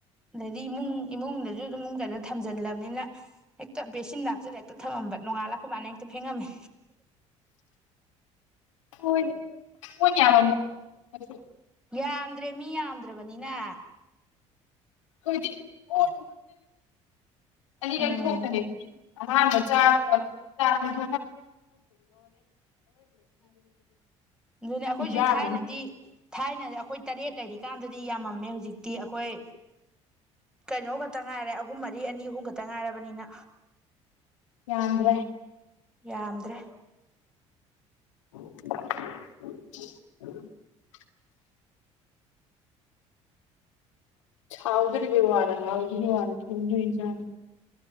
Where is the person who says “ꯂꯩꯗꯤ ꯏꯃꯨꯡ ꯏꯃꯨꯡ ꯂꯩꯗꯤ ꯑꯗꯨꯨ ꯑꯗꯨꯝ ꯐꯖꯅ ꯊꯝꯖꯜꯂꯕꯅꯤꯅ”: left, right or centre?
Centre